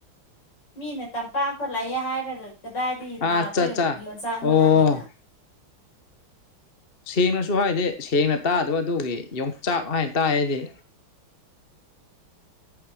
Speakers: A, on the left; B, on the left.
A: ꯃꯤꯅ ꯇꯝꯄꯥꯛꯇ ꯂꯥꯛꯑꯦ ꯍꯥꯏꯔꯒ ꯀꯗꯥꯏꯗ
B: ꯑꯠꯆꯥ
A: ꯂꯥꯛꯄ
B: ꯑꯠꯆꯥ
A: ꯌꯣꯟꯆꯥꯛꯅꯣ
B: ꯑꯣ
A: ꯅꯪꯒꯤꯅ
B: ꯁꯦꯡꯅꯁꯨ ꯍꯥꯏꯗꯦ ꯁꯦꯡꯅ ꯇꯥꯗꯕ ꯑꯗꯨꯒꯤ ꯌꯣꯡꯆꯥꯛ ꯍꯥꯏꯅ ꯇꯥꯏꯗꯤ